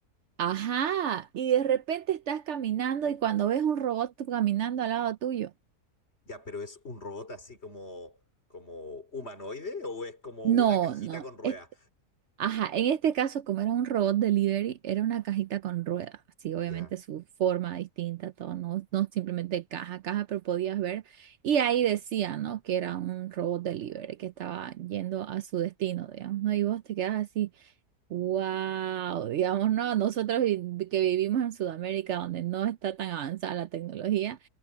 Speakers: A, on the right; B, on the left.
A: Ajá, y de repente estás caminando y cuando ves un robot tú caminando al lado tuyo.
B: Ya, pero ¿es un robot así como, como humanoide o es como
A: No,
B: una cajita
A: no.
B: con ruedas?
A: es- ajá, en este caso, como era un robot delivery, era una cajita con ruedas. Sí,
B: Ya.
A: obviamente su forma distinta, todo, no, no simplemente caja, caja, pero podías ver. Y ahí decía, ¿no? Que era un robot delivery que estaba yendo a su destino, digamos, ¿no? Y vos te quedas así, wow, digamos, ¿no? Nosotros vi- que vivimos en Sudamérica, donde no está tan avanzada la tecnología,